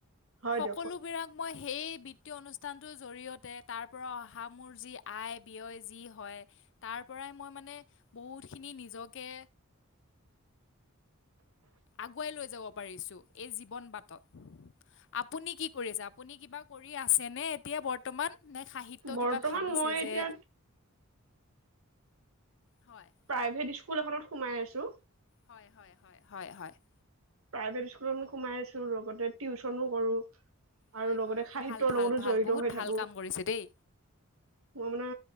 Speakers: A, on the right; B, on the left.
A: হয়
B: সকলো
A: দিয়ক
B: বিলাক মই সেই বিত্তীয় অনুষ্ঠান টোৰ জৰিয়তে তাৰ পৰা অহা মোৰ যি আয় ব্যয় যি হয় তাৰ ই মই মানে বহুতখিনি নিজকে, আগুৱাই লৈ যাব পাৰিছো। এই জীৱন বাটত। আপুনি কি কৰিছে? আপুনি কিবা কৰি আছে নে এতিয়া বৰ্তমান? নে সাহিত্য
A: বৰ্তমান
B: কিবা ভাবিছে
A: মই এতিয়া
B: যে হয়
A: প্ৰাইভেট স্কুল স্কুল এখনত সোমাই আছো।
B: হয় হয় হয় হয় হয় ।
A: প্ৰাইভেট স্কুলত সোমাই আছো লগতে টিউচনো কৰো । আৰু
B: হয়
A: লগতে
B: হয়
A: সাহিত্যয়ৰ
B: ভাল ভাল
A: লগতো
B: ভাল
A: জড়িত
B: বহুত
A: হৈ
B: ভাল
A: থাকো।
B: কাম কৰিছে দেই
A: মই মানে